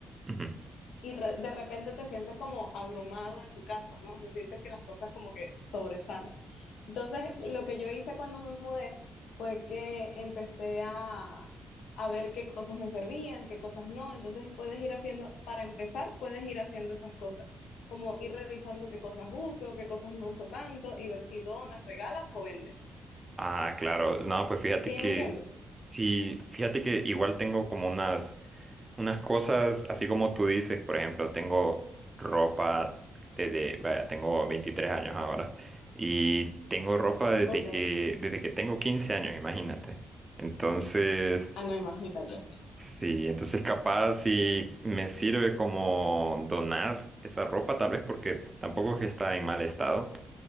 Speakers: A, on the right (about 25°); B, on the left (about 85°).
A: Ujú.
B: y re- de repente te sientes como abrumado en tu casa, ¿no? O sea, sientes que las cosas como que sobresalen. Entonces, lo que yo hice cuando me mudé fue que empecé a, a ver qué cosas me servían, qué cosas no. Entonces, puedes ir haciendo, para empezar, puedes ir haciendo esas cosas, como ir revisando qué cosas uso, qué cosas no uso tanto y ver si donas, regalas o vendes.
A: Ah, claro. No, pues fíjate
B: ¿Sí
A: que,
B: me entiendes?
A: sí, fíjate que igual tengo como unas Unas cosas, así como tú dices, por ejemplo, tengo ropa desde, vaya, tengo 23 años ahora y tengo ropa desde
B: Ok.
A: que, desde que tengo 15 años, imagínate. Entonces,
B: Ah, no, imagínate.
A: sí, entonces capaz si me sirve como donar esa ropa, tal vez porque tampoco es que está en mal estado.